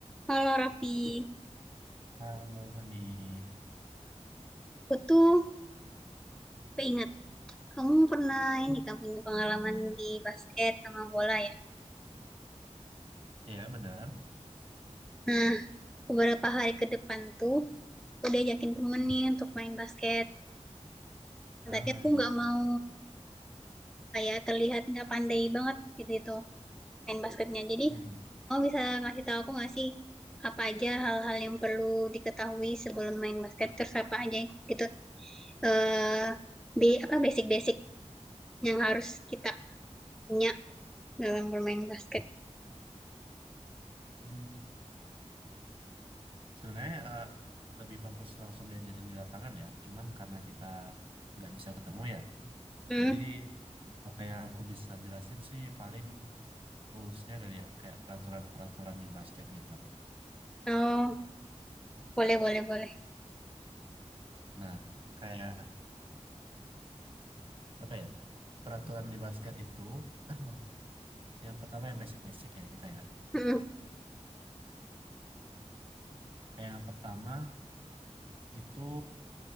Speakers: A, in the centre; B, on the right.
A: Halo Raffi,
B: Hai Fani.
A: aku tuh keinget kamu pernah ini kan punya pengalaman di basket sama bola ya.
B: Iya benar.
A: Nah, beberapa hari ke depan tuh aku diajakin temen nih untuk main basket.
B: Ah
A: Tapi aku
B: ya
A: nggak
B: ya.
A: mau kayak terlihat nggak pandai banget gitu, gitu main basketnya. Jadi
B: Hmm.
A: kamu bisa ngasih tahu aku nggak sih apa aja hal-hal yang perlu diketahui sebelum main basket terus apa aja gitu eh bi apa basic-basic yang harus kita punya dalam bermain basket.
B: Hmm. Sebenarnya eh, lebih bagus langsung diajarin di lapangan ya. Cuman karena kita nggak bisa ketemu ya.
A: Hmm.
B: Jadi apa yang aku bisa jelasin sih paling rules-nya kali ya. Kayak peraturan-peraturan di basket gitu.
A: Oh, boleh, boleh, boleh.
B: Nah kayak apa ya? Peraturan di basket itu <clears throat> yang pertama yang basic-basic ya kita ya.
A: Mm,
B: Yang pertama itu